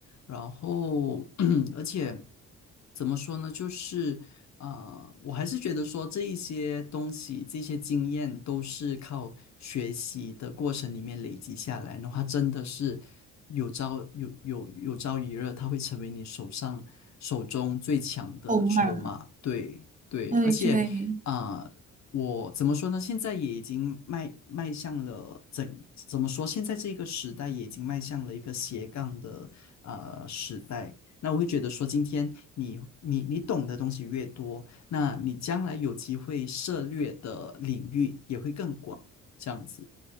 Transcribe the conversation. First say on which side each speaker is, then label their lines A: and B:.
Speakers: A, on the left (about 65°); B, on the right (about 25°).
A: 然后，<clears throat> 而且怎么说呢，就是啊、我还是觉得说这一些东西、这些经验都是靠学习的过程里面累积下来的话，真的是有朝有有有朝一日，它会成为你手上手中最强的筹码。
B: 欧嘛，
A: 对对，
B: 对对。
A: 而且。啊、我怎么说呢？现在也已经迈迈向了怎怎么说？现在这个时代也已经迈向了一个斜杠的呃时代。那我会觉得说，今天你你你懂的东西越多，那你将来有机会涉猎的领域也会更广，这样子。